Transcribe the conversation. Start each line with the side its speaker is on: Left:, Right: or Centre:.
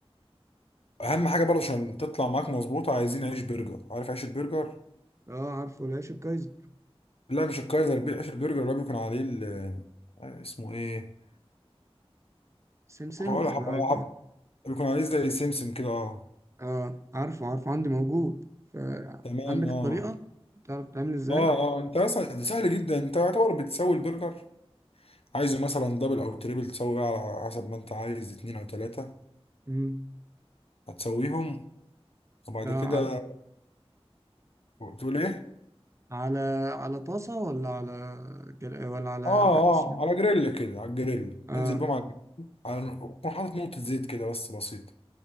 Left: اهم حاجه برضه عشان تطلع معاك مظبوطه عايزين عيش برجر عارف عيش البرجر
Right: اه عارفه العيش الكايزر
Left: لا مش الكايزر بي- عيش البرجر اللي هو بيكون عليه ال- آه، اسمه ايه
Right: سمسم
Left: هقول
Right: اللي
Left: هبقى-
Right: عارف
Left: بيكون عليه زي سمسم كده اه
Right: اه عارفه عارفه عندي موجود فعندك
Left: تمام اه
Right: الطريقة تعرف تعمل ازاي
Left: اه اه انت اصلا ده سهل جدا انت يعتبر بتسوي البرجر عايزه مثلا دبل او تريبل تسوي بقى على حسب ما انت عايز اتنين او تلاته
Right: مم.
Left: هتسويهم وبعد
Right: لا،
Left: كده
Right: على
Left: تقول ايه
Right: على على طاسة ولا على جل... ولا على
Left: اه اه
Right: اسمه إيه؟
Left: على جريل كده على الجريل
Right: اه
Left: انزل بقى مع الجريل على كون حاطط نقطة زيت كده بس بسيطة